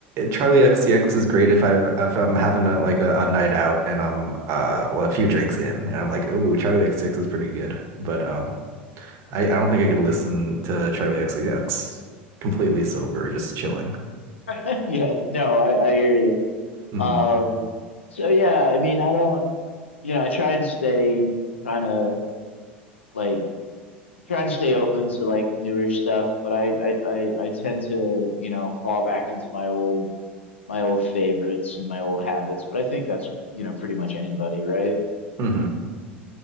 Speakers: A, on the right; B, on the left.
A: Charlie XCX is great if I've if I'm having a like a, a night out and I'm uh well, a few drinks in and I'm like, ooh, Charlie XCX is pretty good. But um I, I don't think I could listen to Charlie XCX completely sober, just chilling.
B: <laughs> yeah, no, I, I hear you.
A: hmm
B: Um, so yeah, I mean, I don't, you know, I try and stay kind of like trying to stay open to like newer stuff, but I, I, I, I tend to, you know, fall back into my old, my old favorites and my old habits. But I think that's, you know, pretty much anybody, right?
A: hmm